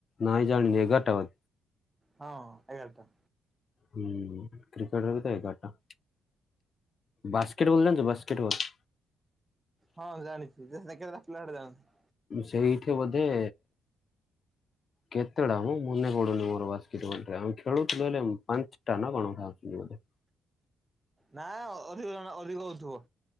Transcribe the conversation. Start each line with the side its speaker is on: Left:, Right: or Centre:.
Left: ରହିଜାଣିନି ଏ ଘଟବ
Right: ହଁ ଏଗାରଟା।
Left: ହୁଁ କ୍ରିକେଟର ତ ଏଗାରଟା। ବାସ୍କେଟବଲ ଜଣିଛ ବାସ୍କେଟବଲ।
Right: ହଁ ଜାଣିଛି କେଲା ବଡେ ଜାଣି
Left: ସେଇଠି ବୋଧେ କେତେଟା ମୁଁ ମନେ ପଡୁନି ମୋର ବାସ୍କେଟବଲ ଆମେ ଖେଳୁଥିଲେ। ପାଞ୍ଚଟା ନ କଣ ଖାଉଛନ୍ତି ବୋଧେ?
Right: ନା ଅଧିକ ଜଣ ଅଧିକ ହଉଥିବ।